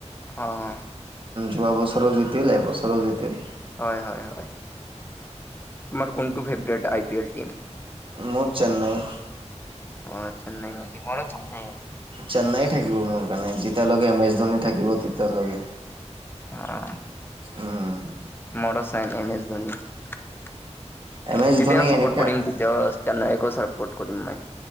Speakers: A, on the left (about 20°); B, on the right (about 45°).
A: অ',
B: যোৱা বছৰো জিতিল, এবছৰো জিতিল।
A: হয়-হয়-হয়, তোমাৰ কোনটো favourite I P L team.
B: মোৰ চেন্নাই।
A: অ, চেন্নাই নেকি মোৰোঁ চেন্নাই।
B: চেন্নাই থাকিব মোৰ কাৰণে যেতিয়াল লগে এম এছ ধোনী থাকিব তেতিয়ালৈকে।
A: অ',
B: উম।
A: মৰ চন M S Dhoni তেতিয়াও
B: M S Dhoni
A: চাপৰ্ট
B: এনেকা
A: কৰিম। তেছে একো চাপ'ৰ্ট কৰিম মই।